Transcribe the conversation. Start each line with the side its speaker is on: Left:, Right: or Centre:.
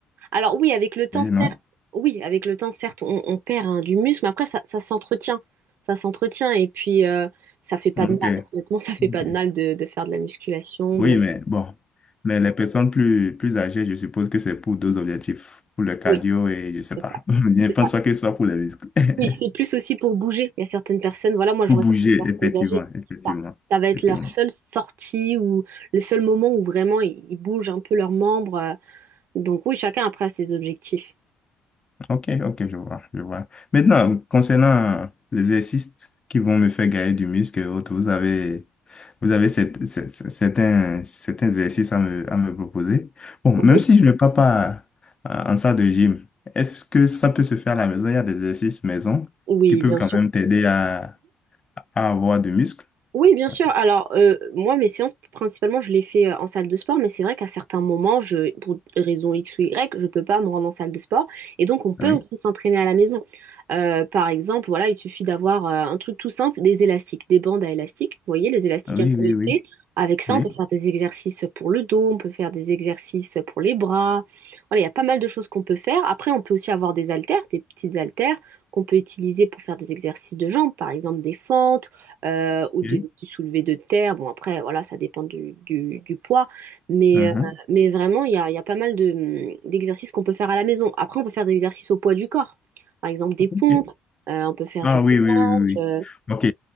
Right: Alors oui, avec le temps, certes,
Left: non?
Right: oui, avec le temps, certes, on, on perd hein, du muscle, mais après, ça, ça s'entretient. Ça s'entretient. Et puis, euh, ça fait pas
Left: Ok.
Right: de mal. Honnêtement, ça fait
Left: Ok.
Right: pas de mal de, de faire de la musculation,
Left: Oui,
Right: de.
Left: mais bon, mais les personnes plus, plus âgées, je suppose que c'est pour deux objectifs, pour le cardio
Right: Oui,
Left: et je sais
Right: c'est
Left: pas.
Right: ça.
Left: <laughs> Je ne
Right: C'est
Left: pense
Right: ça.
Left: pas que ce soit pour les muscles. <laughs>
Right: Oui, c'est plus aussi pour bouger. Il y a certaines personnes, voilà, moi je
Left: Pour
Right: vois
Left: bouger,
Right: certaines personnes
Left: effectivement,
Right: âgées,
Left: effectivement,
Right: c'est ça. Ça va être
Left: effectivement.
Right: leur seule sortie ou le seul moment où vraiment ils, ils bougent un peu leurs membres. euh, Donc oui, chacun après a ses objectifs.
Left: Ok, ok, je vois, je vois. Maintenant, concernant les exercices qui vont me faire gagner du muscle et autres, vous avez, vous avez cette- cette- cette- certains, certains exercices à me, à me proposer. Bon,
Right: Oui,
Left: même si je ne pars pas euh, en salle de gym, est-ce que ça peut se faire à la maison? Il y a des exercices maison
Right: Oui,
Left: qui peuvent
Right: bien
Left: quand
Right: sûr.
Left: même t'aider à, à avoir du muscle.
Right: Oui, bien
Left: Ça-
Right: sûr. Alors, euh, moi, mes séances, principalement, je les fais euh, en salle de sport, mais c'est vrai qu'à certains moments, je, pour raison X ou Y, je peux pas me rendre en salle de sport. Et donc, on peut
Left: Oui,
Right: aussi s'entraîner à la maison. Euh, par exemple, voilà, il suffit d'avoir euh, un truc tout simple, des élastiques, des bandes à élastiques. Vous voyez, les élastiques
Left: oui,
Right: un peu
Left: oui,
Right: épais.
Left: oui,
Right: Avec ça,
Left: oui.
Right: on peut faire des exercices pour le dos, on peut faire des exercices pour les bras. Voilà, il y a pas mal de choses qu'on peut faire. Après, on peut aussi avoir des haltères, des petites haltères qu'on peut utiliser pour faire des exercices de jambes, par exemple des fentes euh, ou
Left: Oui.
Right: de, du soulevé de terre. Bon, après, voilà, ça dépend du, du- du poids. Mais,
Left: Mhm.
Right: euh, mais vraiment, il y a, il y a pas mal de, hum, d'exercices qu'on peut faire à la maison. Après, on peut faire des exercices au poids du corps. Par exemple, des
Left: Ok.
Right: pompes, euh, on peut faire
Left: Ah
Right: du gainage,
Left: oui, oui, oui, oui.
Right: euh,
Left: oui. OK.